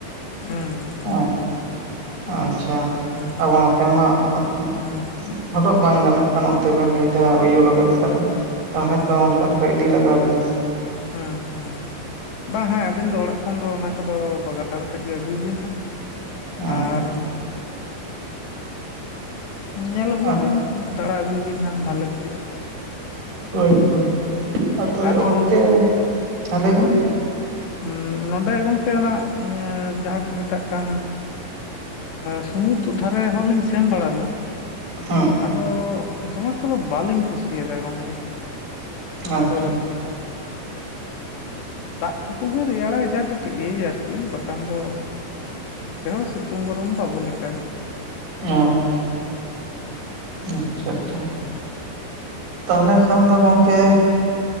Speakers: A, on the left; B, on the right.
A: ᱦᱩᱸ ᱦᱩᱸ
B: ᱚ ᱟᱪᱪᱷᱟ
A: ᱦᱩᱸ
B: ᱟᱵᱚ ᱱᱚᱛᱮ ᱢᱟ <unintelligible>
A: ᱦᱩᱸ
B: ᱦᱚᱴᱚᱜ ᱵᱟᱝ ᱜᱟᱱᱚᱜ ᱠᱟᱱᱟ ᱚᱱᱛᱮ ᱵᱮᱱ ᱞᱟᱹᱭᱫᱟ ᱩᱭᱩ ᱞᱟᱜᱟᱫ ᱛᱟᱦᱟᱞᱮ ᱛᱟᱦᱚᱞᱮ
A: ᱦᱩᱸ
B: ᱛᱚ ᱚᱱᱠᱟ ᱞᱮᱠᱟ ᱤᱫᱤ ᱞᱟᱜᱟᱣ ᱟᱞᱤᱧᱟ
A: ᱦᱩᱸ ᱦᱩᱸ ᱦᱩᱸ ᱵᱟᱝ ᱦᱮᱸ ᱟᱹᱵᱤᱱ ᱫᱚ ᱚᱲᱟᱜ ᱠᱷᱚᱱ ᱛᱚᱠᱷᱚᱱ ᱫᱚ ᱚᱱᱟ ᱠᱚᱫᱚ ᱵᱟᱜᱟᱲ ᱟᱛᱮᱫ ᱜᱮ ᱟᱹᱜᱩᱭᱵᱤᱱ ᱦᱟᱸᱜ
B: ᱚᱸ
A: ᱟᱨ ᱧᱮᱞ ᱟᱹᱜᱩᱭ
B: ᱟᱨ
A: ᱵᱤᱱ, ᱫᱟᱲᱟ ᱟᱹᱜᱩᱭ ᱵᱤᱱ ᱦᱟᱸᱜ ᱵᱷᱟᱞᱮ ᱵᱩᱡᱷᱟᱹᱜᱼᱟ᱾
B: ᱳᱭ, ᱦᱳᱭ ᱟ ᱛᱷᱟᱞᱮ
A: ᱟᱨ
B: ᱚᱱᱛᱮ
A: ᱜᱚᱝᱠᱮ
B: ᱨᱮ, ᱦᱮᱸ, ᱞᱟᱹᱭ ᱵᱮᱱ᱾
A: ᱩᱸ ᱱᱚᱰᱮ ᱜᱚᱝᱠᱮ, ᱚᱱᱟ ᱮᱸ ᱡᱟᱦᱟ ᱠᱚ ᱢᱮᱛᱟᱜ ᱠᱟᱱ ᱟ 'ᱥᱩᱢᱩᱫᱫᱷᱩ' ᱫᱷᱟᱨᱮ ᱦᱚᱞᱤᱧ ᱥᱮᱱ ᱵᱟᱲᱟ ᱞᱮᱱᱟ᱾
B: ᱦᱩᱸ᱾
A: ᱟᱫᱚ ᱫᱚᱢᱮ ᱮᱠᱴᱟ ᱫᱚ ᱵᱟᱞᱤᱧ ᱠᱩᱥᱤᱭᱟᱫᱟ ᱜᱚᱝᱠᱮ!
B: ᱟᱪᱪᱷᱟ!
A: ᱟᱫᱚ ᱫᱟᱜ ᱴᱷᱩᱠᱩ ᱜᱮ ᱨᱮᱭᱟᱲᱟᱭᱟ, ᱡᱟ ᱠᱟᱹ- -ᱴᱤᱜ ᱮᱹᱻᱭ ᱟᱨᱠᱤ ᱵᱟᱠᱷᱟᱱ ᱫᱚ, ᱚᱱᱛᱮ ᱦᱚ ᱥᱤᱛᱩᱝ ᱜᱚᱨᱚᱢ ᱫᱚ ᱟᱵᱚ ᱞᱮᱠᱟᱜᱮ᱾
B: ᱚᱸ᱾ ᱟᱪᱪᱷᱟ, ᱪᱷᱟ, ᱛᱟᱦᱞᱮ ᱠᱷᱟᱱ ᱫᱚ ᱜᱚᱝᱠᱮ